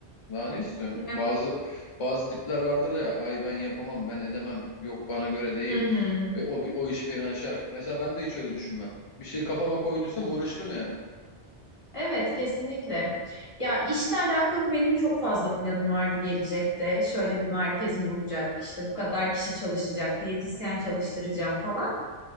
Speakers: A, on the left; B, on the left.
A: Daha ne istiyorsun?
B: Evet.
A: Bazı bazı tipler vardır ya ay ben yapamam ben edemem yok bana göre değil
B: Hı hı.
A: ve o bir o iş beni aşar. Mesela ben de hiç öyle düşünmem. Bir şey kafama koyduysam uğraşırım yani.
B: Evet, kesinlikle. Ya işle alakalı benim çok fazla planım vardı gelecekte. Şöyle bir merkezim olacak, işte bu kadar kişi çalışacak, diyetisyen çalıştıracağım falan.